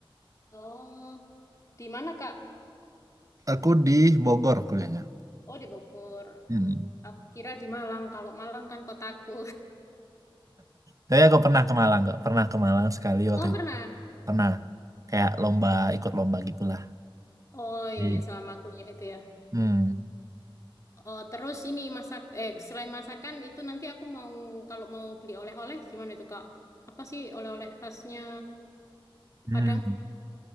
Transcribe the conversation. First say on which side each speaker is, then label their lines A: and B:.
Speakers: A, on the left (about 35°); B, on the right (about 35°).
A: Oh, di mana, Kak?
B: Aku di Bogor kuliahnya.
A: Oh, di Bogor.
B: Hmm.
A: Aku kira di Malang. Kalau Malang kan kotaku.
B: Tapi aku pernah ke Malang, nggak pernah ke Malang sekali waktu
A: Oh
B: itu.
A: pernah.
B: Pernah kayak lomba ikut lomba gitulah.
A: Oh iya
B: Di-
A: iya selama kuliah itu ya.
B: Hmm.
A: Oh terus ini masak eh selain masakan itu nanti aku mau kalau mau beli oleh-oleh gimana itu Kak? Apa sih oleh-oleh khasnya
B: Hmm.
A: Padang?